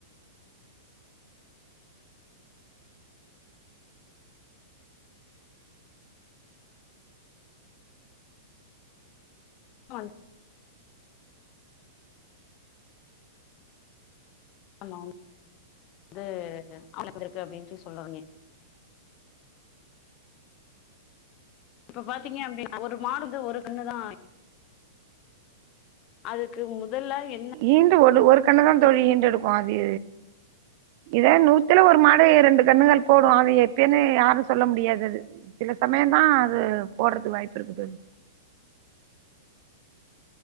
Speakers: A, on the left; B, on the right.
A: ட்ரால் ஆமா அது ஆளுங்கடத்திறதுக்கு அப்டின் சொல்லுவோமே இப்போ பார்த்தீங்கன்னா அப்டின்னா ஒரு மாடுக்கு ஒரு கன்று தான் அதுக்கு முதல என்ன
B: ஈன்டு ஒரு ஒரு கன்னு தான் தோழி ஈன்டு எடுக்கும் அது இதே நூத்துல ஒருமாடு ரெண்டு கன்னுகள் போடும் அது எப்பயேன்னு யாரும் சொல்ல முடியாதது அது சில சமயம் தான் அது போடுறதுக்கு வாய்ப்பு இருக்கு தோழி